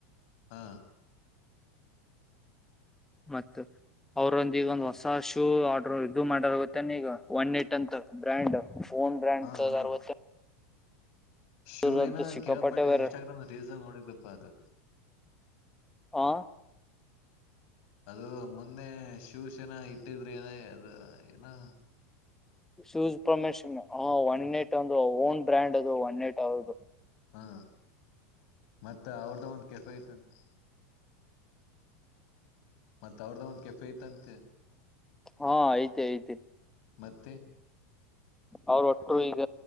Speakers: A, on the left; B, in the centre.
A: ಹಾ
B: ಮತ್ತ. ಅವ್ರೊಂದ ಈಗ ಒಂದ್ ಹೊಸ ಶೂ ಆರ್ಡ್ರ ಇದು ಮಾಡಾರ ಗೊತ್ತೇ ಈಗ ಒನ್ ಏಟ್ ಅಂತ ಬ್ರ್ಯಾಂಡ್ ಓನ್ ಬ್ರ್ಯಾಂಡ್
A: ಹಾ
B: ತೇಗದಾರ್
A: ಹಾ
B: ಗೊತ್ತೇನ್.
A: ಶೂ
B: ಇವ್ರದಂತೂ
A: ಏನೋ
B: ಸಿಕ್ಕಾಪಟ್ಟೆ
A: ಕೇಳಪಟ್ಟೆ
B: ಬೇರೆ
A: ಇನ್ಸ್ಟಾಗ್ರಾಮ್ ರೀಲ್ಸ್ ನೋಡಿದಪ್ಪಾ ಅದು.
B: ಹಾ.
A: ಅದು ಮೊನ್ನೆ ಶೂ ಶೋನಾ ಇಟ್ಟಿದ್ರೆ ಏನ ಅದು ಏನೋ
B: ಶೂಸ್ ಪ್ರಮೋಷನ್ ಹಾ ಒನ್ ಓನ್ ಎಟ ಒಂದು ಓನ್ ಬ್ರ್ಯಾಂಡ್ ಅದು ಒನಏಟ್ ಅವ್ರದು.
A: ಹಾ ಮತ್ತ ಅವ್ರ್ದ ಒಂದ ಕೆಫೆ ಇತ್ತ ಅಂತ. ಮತ್ತ ಅವ್ರ್ದ ಒಂದ ಕೆಫೆ ಇತ್ತಂತೆ.
B: ಹಾ ಐತೆ ಐತೆ.
A: ಮತ್ತೆ
B: ಅವ್ರ ಒಟ್ರು ಈಗ